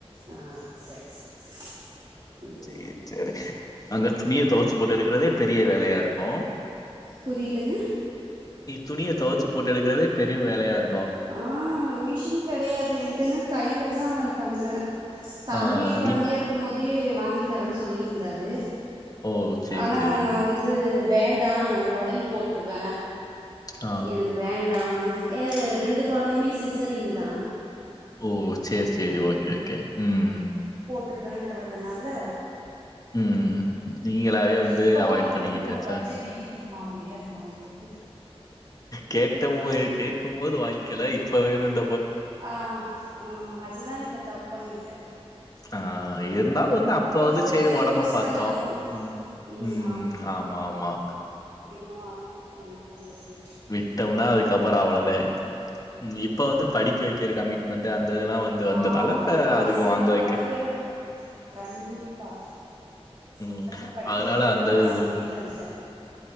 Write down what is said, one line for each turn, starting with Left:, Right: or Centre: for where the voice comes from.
Right: ஆஹ் சேரி சேரி சேரி உம்
Left: சரி, சரி. அங்க துணிய துவைச்சு போட்டு எடுக்கிறதே பெரிய வேலையாருக்கோ
Right: புரியலங்க
Left: துணிய துவச்சு போட்டு எடுக்கிறதே பெரும் வேலயா இருக்
Right: ஆஹ் மிஷின் கெடையாது என்ட்டன்னா கையில தா பண்றே தம்பி
Left: ஆ
Right: கொழந்தையா
Left: வீட்
Right: இருக்கும்போது <unintelligible> வாங்கி தரேன் சொல்லியிருந்தாரு
Left: ஓ சேரி
Right: ஆனா
Left: சேரி
Right: நா வந்து வேண்டா ஒடம்பு போட்டுருவ
Left: ஆ
Right: எனக்கு வேண்டா ஏ ரெண்டு குழந்தையுமே சிசரிங் தான்
Left: ஓ சேரி சேரி ஓகே கேகே உம்
Right: றுவேண்றதுனால
Left: உம் நீங்களவே வந்து
Right: இப்ப
Left: அவாய்ட்
Right: வாங்கி
Left: பண்ணிக்கிட்டாச்சா
Right: குடுன்னா பட்ஜெட் இடிக்குதுமா முடியாதுமான்ட்டாரு
Left: கேட்ட போய கேட்கும்போது வ வாங்கிகல இப்ப வேணும்
Right: ஆஹ் ஆஹ் அதுதான் இப்ப தப்பு பண்டேன்
Left: ஆஹ் இருந்தாலும் வந்து அப்ப வந்து
Right: போது
Left: சரி உடம்ப
Right: யூஸ்
Left: பாத்தோம்
Right: பண்ணிக்கணு
Left: உம்
Right: ம்
Left: உம் ஆமா ஆமா
Right: நான் என்ன பண்றது
Left: விட்டோம்னா
Right: இப்ப கொஞ்சோ
Left: அதுக்கப்புற அவ்ளதே உம் இப்ப வந்து
Right: ஆமா
Left: படிக்க வெக்கிற கமிட்மெண்ட் அந்த இதெல்லா வந்து வந்ததால
Right: ஆமா ஆமா
Left: ஆஹ் அதுக்கு
Right: பசங்கள
Left: வாங்க வெக்க
Right: படிக்க கண்டிப்பா
Left: உம்
Right: பசங்கள படிக்க
Left: அதனால
Right: வைக்கிறதுனால
Left: அந்த இது
Right: முடியலன்ட்டு